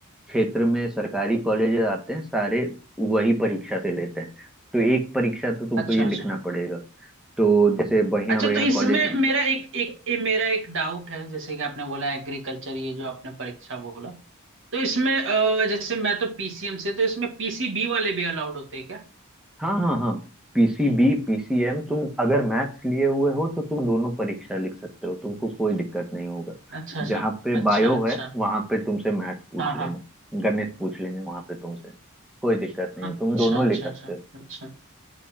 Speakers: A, in the centre; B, on the right (about 65°).
A: क्षेत्र में सरकारी कॉलेजेस आते हैं सारे वही परीक्षा से लेते हैं तो एक परीक्षा तो तुमको
B: अच्छा
A: ये लिखना
B: अच्छा
A: पड़ेगा तो जैसे बढ़िया
B: अच्छा
A: बढ़िया
B: तो इसमें
A: कॉलेज
B: मेरा एक एक ये मेरा एक डाउट है जैसे कि आपने बोला एग्रीकल्चर ये जो आपने परीक्षा बोला तो इसमें अ, जैसे मैं तो पीसीएम से तो इसमें पीसीबी वाले भी अलाउड होते हैं क्या
A: हाँ हाँ हाँ पीसीबी पीसीएम तुम अगर मैथ्स लिए हुए हो तो तुम दोनों परीक्षा लिख सकते हो तुमको कोई दिक्कत नहीं होगा
B: अच्छा अच्छा
A: जहाँ पे
B: अच्छा
A: बायो
B: अच्छा
A: है वहां पे तुमसे मैथ्स पूछ
B: हाँ
A: लेंगे
B: हाँ
A: गणित पूछ लेंगे वहां पे तुमसे कोई दिक्कत नहीं है
B: अच्छा
A: तुम दोनों
B: अच्छा
A: लिख सकते
B: अच्छा
A: हो
B: अच्छा